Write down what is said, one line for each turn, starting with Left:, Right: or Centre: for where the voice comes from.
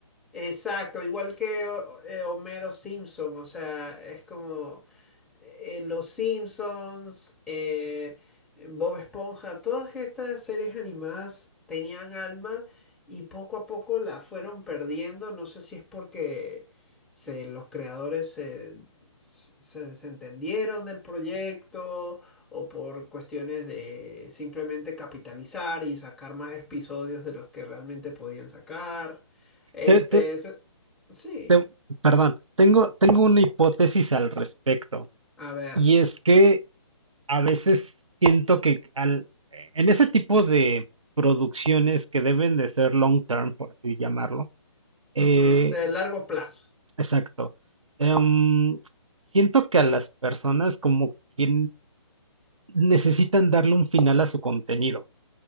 Centre: Exacto, igual que eh, Homero Simpson, o sea, es como eh, Los Simpsons, eh, Bob Esponja, todas estas series animadas tenían alma y poco a poco la fueron perdiendo. No sé si es porque se, los creadores se, se desentendieron del proyecto o por cuestiones de simplemente capitalizar y sacar más episodios de los que realmente podían sacar. Este,
Right: Te- te-
Centre: se- sí,
Right: te- perdón, tengo, tengo una hipótesis al respecto
Centre: a ver,
Right: y es que a veces siento que al, eh, en ese tipo de producciones que deben de ser long term, por así llamarlo, eh,
Centre: ujú, de largo plazo.
Right: exacto, em, siento que a las personas como que necesitan darle un final a su contenido.